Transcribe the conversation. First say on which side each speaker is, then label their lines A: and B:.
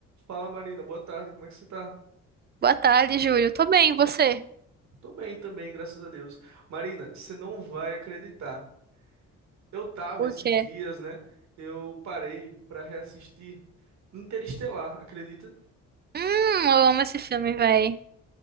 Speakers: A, on the right; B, on the right.
A: Fala, Marina, boa tarde, como é que você tá?
B: Boa tarde, Júlio. Tô bem, e você?
A: Tô bem também, graças a Deus. Marina, você não vai acreditar. Eu tava
B: Por
A: esses
B: quê?
A: dias, né? Eu parei pra reassistir Interestelar, acredita?
B: Hum, eu amo esse filme, véi.